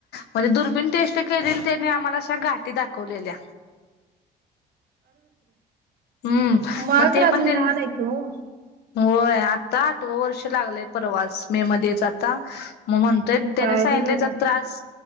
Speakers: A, on the left; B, on the right.
A: म्हणजे दुर्बीन टेस्ट केलेली तेनी आम्हाला गाठी दाखवलेल्या हम्म
B: मळं
A: मग ते
B: तर अजून
A: पण त्यां
B: लहान हाय की ओ.
A: होय आता आठव वर्ष लागलय परवास मे मध्येचं आता म म्हणतोय त्यान
B: काय
A: सांगितल
B: रे बाबा
A: यच त्रास